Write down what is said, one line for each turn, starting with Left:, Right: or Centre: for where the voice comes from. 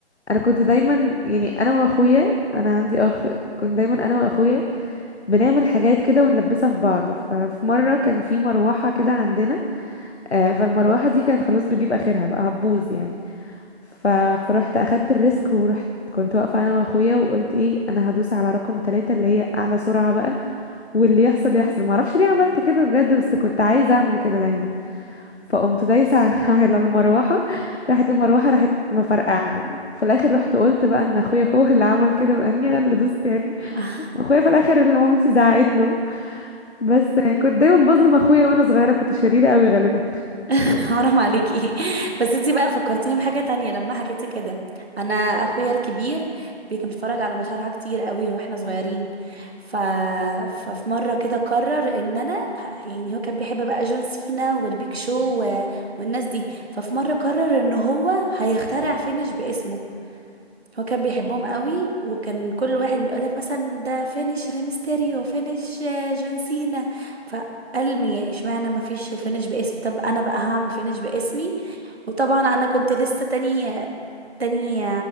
Left: انا كنت دايما يعني انا واخويا انا عندي اخ كنت دايما انا واخويا بنعمل حاجات كده ونلبسها في بعض ففي مرة كان في مروحة كده عندنا آه، فالمروحة دي كانت خلاص بتجيب اخرها بقى هتبوظ يعني ف... فروحت اخدت الريسك ورحت كنت واقفه انا واخويا وقلت ايه انا هدوس على رقم ثلاثة اللي هي اعلى سرعه بقى واللي يحصل يحصل ما اعرفش ليه عملت كده بجد بس كنت عايزه اعمل كده دايما فقمت دايسه <laughs> على المروحه راحت المروحه راحت مفرقعه في الاخر رحت قلت بقى ان اخويا هو اللي عمل كده لاني انا اللي دوست يعني
Right: <laughs>
Left: اخويا في الاخر اللي مامتي زعقت له بس كنت دايما بظلم اخويا وانا صغيره كنت شريره قوي غالبا
Right: <laughs> حرام عليكي بس انتي بقى فكرتيني بحاجة تانية لما حكيتي كده انا اخويا الكبير بي- كان بيتفرج على مصارعة كتير قوي واحنا صغيرين ف... ففي مرة كده قرر ان انا ه- يعني هو كان بيحب بقى جون سينا والبيك شو و... والناس دي ففي مرة قرر ان هو هيخترع فينش باسمه هو كان بيحبهم قوي وكان كل واحد يقولك مثلا ده فينش ريمستيريو فينش آه، جون سينا فقال مي اشمعنى ما فيش الفينش باسمي طب انا بقى هعمل فينش باسمي وطبعا انا كنت لسه تانية تانية